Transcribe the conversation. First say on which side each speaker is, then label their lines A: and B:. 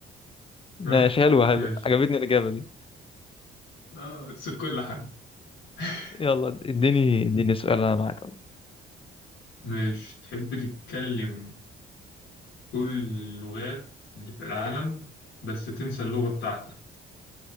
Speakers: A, on the left (about 25°); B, on the left (about 90°).
A: ماشي
B: ها
A: حلوة حلوة
B: ماشي
A: عجبتني الإجابة دي
B: اه همسك كل حاجة <laughs>
A: يلا اديني اديني سؤال أنا معاك أهو.
B: ماشي تحب تتكلم كل اللغات اللي في العالم بس تنسى اللغة بتاعتك